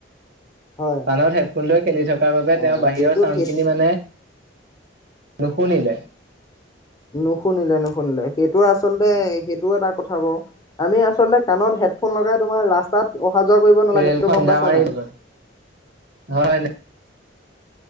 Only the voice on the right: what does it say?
কানৰ হেড কলে খেলি থকাৰ বাবে
তেওঁৰ বাহিৰৰ
চাউণ্ড
খিনি মানে নুশুনিলে
ৰেল
খুণ্দা
মাৰি
দিব হয় ন